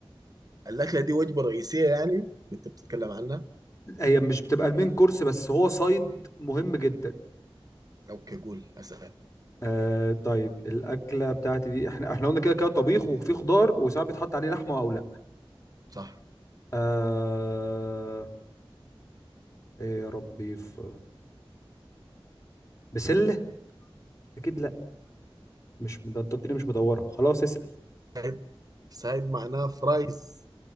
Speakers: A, on the right; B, on the left.
A: الأكلة دي وجبة رئيسية يعني اللي أنت بتتكلم عنها
B: هي مش بتبقى المين كورس بس هو صيد مهم جدا
A: أوكي قول أسأل
B: آه طيب الاكله بتاعتي دي احنا احنا قلنا كده كده طبيخ وفي خضار وساعات بيتحط عليه لحمه او لا
A: صح
B: آه ايه يا ربي في بسله اكيد لا مش مد- انت قلت لي مش مدوره خلاص اسال
A: سايد سايد معناها فرايز